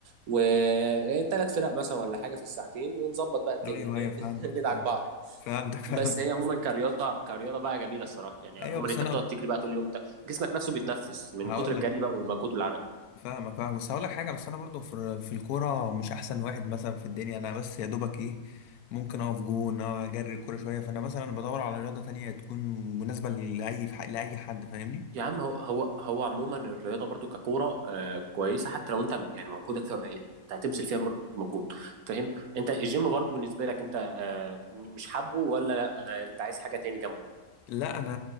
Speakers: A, on the right (about 80°); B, on the left (about 85°).
A: وثلاث فرق مثلا ولا حاجه في الساعتين ونظبط بقى الدنيا
B: ايوه
A: ند...
B: ايوه فهمتك
A: <laughs> ندعك بعض
B: فهمتك فهمتك
A: بس هي عموما كرياضه كرياضه بقى جميله الصراحه يعني عموما
B: ايوه بس
A: انت
B: انا
A: بتقعد تجري بقى طول اليوم انت جسمك نفسه بيتنفس من
B: هقول
A: كتر الجري
B: لك
A: بقى والمجهود والعرق
B: فاهمك فاهمك بس هقول لك حاجه بس انا برضو في في الكوره مش احسن واحد مثلا في الدنيا انا بس يا دوبك ايه ممكن اقف جون أو اجري الكوره شويه فانا مثلا بدور على رياضه تانية تكون مناسبه لاي ف- لاي حد فاهمني
A: يا عم هو هو هو عموما الرياضه برضو ككوره آه كويسه حتى لو انت م- يعني مجهودك فيها قليل انت هتبذل فيها برضو مجهود فاهم انت الجيم برضو بالنسبه لك انت آه م- مش حابه ولا لا آه انت عايز حاجه تاني جنبه
B: لا انا